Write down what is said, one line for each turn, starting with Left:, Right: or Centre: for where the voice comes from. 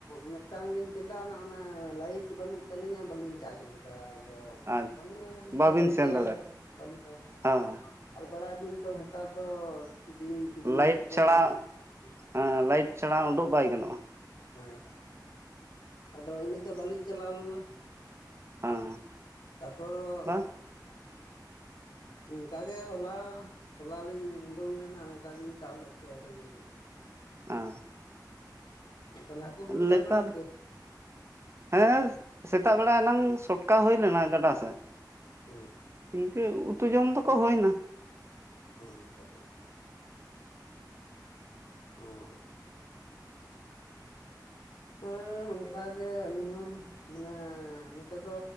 Left: ᱢᱮᱫ ᱴᱟᱝ ᱞᱤᱧ ᱯᱮᱸᱫᱟᱣᱱᱟ ᱚᱱᱟ ᱞᱟᱭᱤᱴ ᱵᱟᱹᱱᱩᱜ ᱛᱟᱹᱞᱤᱧᱟ ᱵᱟᱹᱞᱤᱧ ᱪᱟᱨᱡ ᱞᱮᱫᱟ ᱟᱫᱚ
Right: ᱟᱨ
Left: ᱵᱟᱹᱱᱩᱜᱼᱟ᱾ <unintelligible>
Right: ᱵᱟᱵᱤᱱ
Left: ᱵᱟᱹᱞᱤᱧ
Right: ᱥᱮᱱ
Left: ᱪᱟᱞᱟᱣ ᱫᱟᱲᱮᱭᱟᱫᱟ, ᱵᱟᱞᱤᱧ ᱥᱟᱸᱦᱚᱥ ᱞᱮᱫᱟ᱾
Right: ᱦᱳᱭ
Left: ᱟᱨ ᱵᱟᱲᱟᱭ ᱟᱵᱤᱱ ᱛᱚ ᱦᱮᱛᱟᱨ ᱫᱚ ᱵᱤᱧ ᱠᱤᱫᱤᱧ
Right: ᱞᱟᱭᱤᱴ
Left: ᱠᱚᱠᱚ
Right: ᱪᱷᱟᱲᱟ
Left: ᱩᱵᱩᱝᱚᱜ-ᱟ ᱾
Right: ᱦᱮᱸ ᱞᱟᱭᱤᱴ ᱪᱷᱟᱲᱟ ᱩᱰᱩᱜ ᱵᱟᱭ ᱜᱟᱱᱚᱜ-ᱟ᱾
Left: ᱦᱮᱸ <inaudible> ᱟᱫᱚ ᱤᱱᱟᱹᱛᱮ ᱵᱟᱹᱞᱤᱧ ᱪᱟᱞᱟᱣ ᱞᱮᱱᱟ᱾
Right: ᱦᱮᱸ
Left: <inaudible> ᱛᱟᱨᱯᱚᱨ
Right: ᱵᱟ
Left: <inaudible> ᱚᱱᱠᱟᱜᱮ ᱦᱚᱞᱟ ᱦᱚᱞᱟᱞᱤᱧ ᱩᱰᱩᱝ ᱞᱮᱱᱟ ᱚᱱᱠᱟ ᱜᱮᱞᱤᱧ ᱥᱟᱵ ᱞᱮᱫ ᱠᱚᱣᱟ ᱵᱷᱟᱜᱤ ᱜᱮ᱾
Right: <unintelligible>
Left: ᱛᱟᱦᱚᱞᱮ ᱦᱟᱠᱩ ᱠᱚᱵᱮᱱ ᱥᱟᱵ
Right: ᱱᱮᱛᱟᱨ
Left: ᱵᱟᱲᱟ ᱠᱚᱜᱮ
Right: ᱦᱮᱸ ᱥᱮᱛᱟᱜ ᱵᱮᱲᱟ ᱮᱱᱟᱝ ᱥᱚᱴᱠᱟ ᱦᱩᱭ ᱞᱮᱱᱟ ᱜᱟᱰᱟ ᱥᱮᱫ ᱾
Left: <inaudible>
Right: ᱤᱱᱠᱟᱹ ᱩᱛᱩ ᱡᱚᱢ ᱫᱚᱠᱚ ᱦᱩᱭ ᱮᱱᱟ᱾
Left: ᱟᱪᱪᱷᱟ ᱦᱮᱸ᱾ <inaudible> ᱦᱮᱸ ᱚᱱᱠᱟᱜᱮ ᱟᱞᱤᱧ ᱦᱚᱸ᱾ ᱢᱟᱱᱮ ᱱᱚᱛᱮ ᱫᱚ